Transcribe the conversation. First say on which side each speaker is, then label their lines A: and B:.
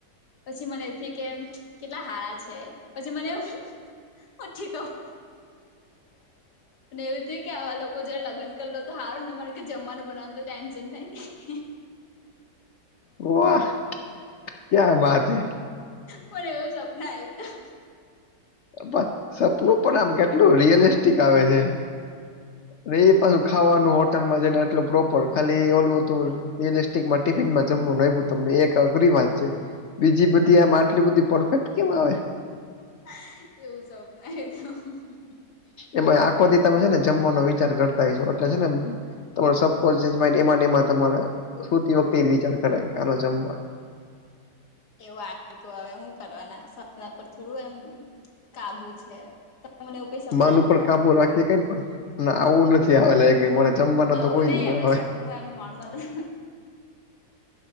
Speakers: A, on the left; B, on the left.
A: પછી મને એથી કે કેટલા હારા છે, પછી મને, <unintelligible>
B: હ <inaudible>
A: અને એવું થયું કે આવા લોકો જયારે લગન લેતો હારું ને મારે કે જમવાનું બનાવાનું તો ટેન્શન નહીં.
B: હો <inaudible> ક્યા બાત હૈ,
A: પણ એવું સપનું આવ્યું તું,
B: પણ સપનું પણ આમ કેટલું રિયલિસ્ટિક આવે છે, હવે ઈ પાછું ખાવાનું હોટલમાં જઈ ને આટલું પ્રોપર, ખાલી ઓલું તુલ રિયલ <unintelligible> માં ટિફિનમાં જમવાનું આઈપું તમને એક અઘરી વાત છે. બીજી બધી આમ આટલી બધી પરફેક્ટ કેમ આવે?
A: એવું <unintelligible>
B: એમાંઈ આખો દી તમે છે ને જમવાનો વિચાર કરતા હઈશો. એટલે છે ને તમાર <unintelligible> <unintelligible> એમાં ને એમાં તમારે સુતી વખતે એ જ વિચાર કરાય, કે હાલો જમવા.
A: એવું આવતું, હવે હું કરવાના? સપના પર થોડું એમ કાબુ છે. તમને એવું કંઈ સપના
B: મન
A: આયેલું
B: ઉપર
A: ખરું?
B: <unintelligible> ના, આવું નથી આવેલા એકેય મને. જમવા ના
A: આવું
B: તો કોઈ
A: નહી
B: દી નો આવે.
A: સપનું એમ નોર્મલ.